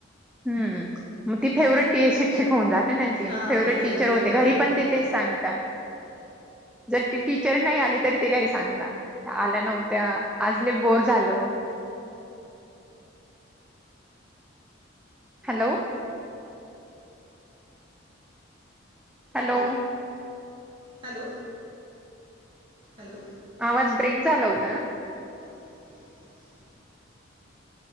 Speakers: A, in the centre; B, on the right.
A: हुं. मग ती फेवरेट शिक्षक होऊन जाते, त्यांची
B: हां
A: फेवरेट टीचर होते.
B: बरोबर
A: घरी पण
B: बरं
A: ते तेच सांगता जर ती टीचर नाही आली, तरी ते घरी सांग ना त्या आल्या नव्हत्या, आज लई बोर झाल. हॅलो. हॅलो.
B: हॅलो. हॅलो.
A: आवाज ब्रेक झाला होता.
B: <inaudible>